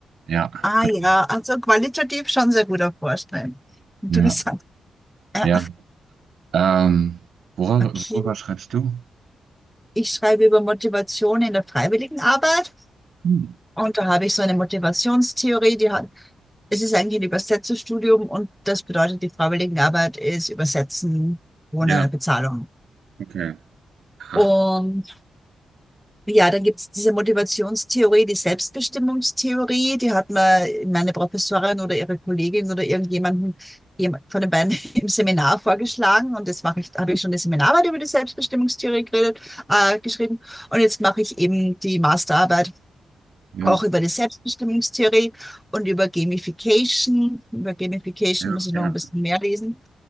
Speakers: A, on the right; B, in the centre.
A: Ja,
B: Ah
A: genau.
B: ja, also qualitativ schon sehr gut erforscht. Ne? Interessant.
A: Ja,
B: Äh,
A: ja. Ähm, worüber,
B: okay.
A: worüber schreibst du?
B: Ich schreibe über Motivation in der Freiwilligenarbeit
A: Hm.
B: und da habe ich so eine Motivationstheorie, die hat, es ist eigentlich ein Übersetzerstudium und das bedeutet, die Freiwilligenarbeit ist Übersetzen ohne
A: Ja,
B: Bezahlung.
A: okay. Ha.
B: Und Ja, dann gibt's diese Motivationstheorie, die Selbstbestimmungstheorie, die hat mir meine Professorin oder ihre Kollegin oder irgendjemanden jem- von den beiden <laughs> im Seminar vorgeschlagen und jetzt mache ich, habe ich schon eine Seminararbeit über die Selbstbestimmungstheorie geredet, äh, geschrieben und jetzt mache ich eben die Masterarbeit
A: Ja,
B: auch über die Selbstbestimmungstheorie und über Gamification. Über Gamification
A: ja,
B: muss ich
A: ja,
B: noch ein bisschen mehr lesen.